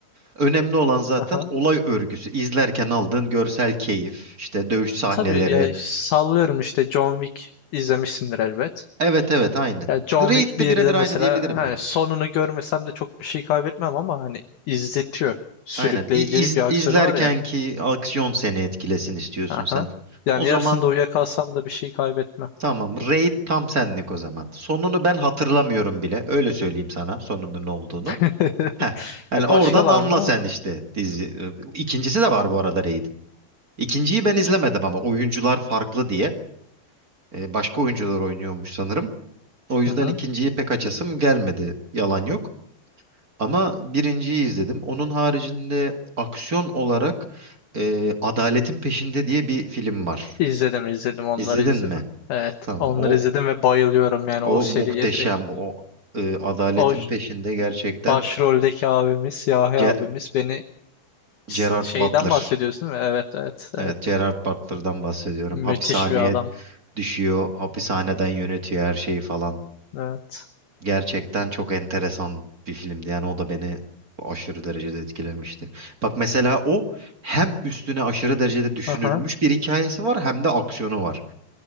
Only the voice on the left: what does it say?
aha.
Tabii ya sallıyorum işte John Wick izlemişsindir elbet.
Ya John
Wick
1'de
mesela
hani
sonunu görmesem de çok bir şey kaybetmem ama hani izletiyor. Sürükleyici
bir aksiyonu
var ya.
Aha.
Yani
yarısında uyuyakalsam da bir şey kaybetmem.
<laughs>
E,
Başka var
mı?
Hı hı.
İzledim izledim onları
izledim.
Evet
onları
izledim ve bayılıyorum yani
o seriye
direkt.
O ş-
başroldeki abimiz siyahi
abimiz beni ş-
şeyden
bahsediyorsun değil mi? Evet evet
evet.
Müthiş
bir adam.
Evet.
Aha.